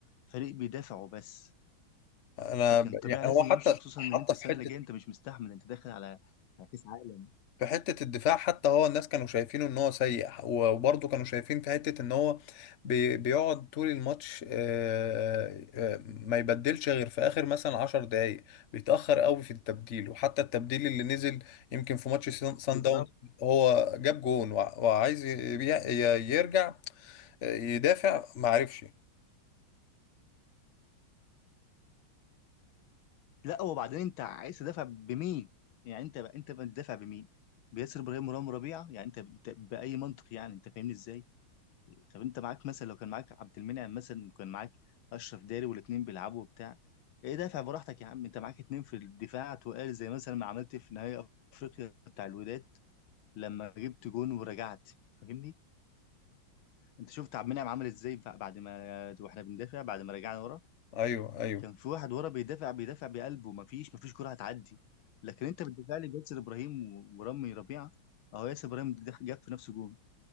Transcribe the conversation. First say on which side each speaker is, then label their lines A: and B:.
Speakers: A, on the left (about 80°); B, on the left (about 45°).
A: فريق بيدافع وبس
B: انا
A: فكان
B: ب...
A: طبيعي
B: يعني
A: لازم
B: هو حتى
A: يمشي خصوصا
B: حتى
A: ان انت السنة
B: في حته
A: اللي جاية انت مش مستحمل انت داخل على على كأس عالم
B: في حته الدفاع حتى هو الناس كانوا شايفينه ان هو سيء وبرضه كانوا شايفين في حته ان هو بي... بيقعد طول الماتش آه، آه، ما يبدلش غير في اخر مثلا 10 دقائق بيتاخر قوي في التبديل وحتى التبديل اللي نزل يمكن في ماتش سان سان
A: بالظبط
B: داون هو جاب جون وع- وعايز ي... ي- يرجع آه، يدافع ما عرفش
A: لا وبعدين انت عايز تدافع بمين يعني انت بقى انت بتدافع بمين بياسر ابراهيم ورام ربيعة يعني انت انت بأي منطق يعني انت فاهمني ازاي طب انت معاك مثلا لو كان معاك عبد المنعم مثلا وكان معاك اشرف داري والاتنين بيلعبوا وبتاع ايه دافع براحتك يا عم انت معاك اتنين في الدفاع تقال زي مثلا ما عملت في نهائي افريقيا بتاع الوداد لما جبت جون ورجعت فاهمني انت شفت عبد المنعم عمل ازاي بعد ما واحنا بندافع بعد ما رجعنا ورا
B: ايوه ايوه
A: كان في واحد ورا بيدافع بيدافع بقلبه مفيش مفيش كرة هتعدي لكن انت بتدافع لي بياسر ابراهيم و- ورامي ربيعه اهو ياسر ابراهيم جاب في نفسه جون